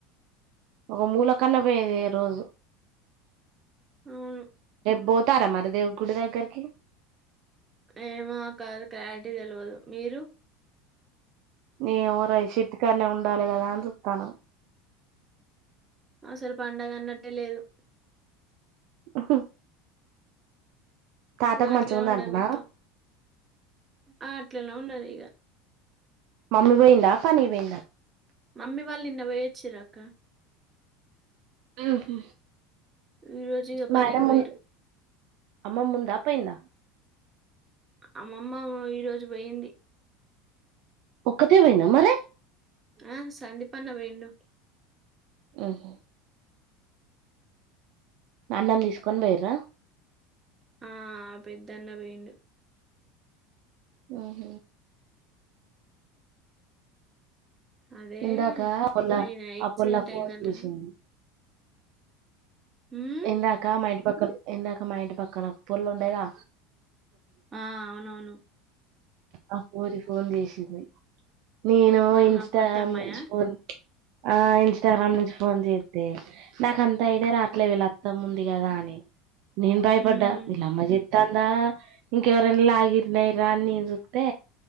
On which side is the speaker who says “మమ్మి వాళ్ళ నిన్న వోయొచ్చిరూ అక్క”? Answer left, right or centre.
Right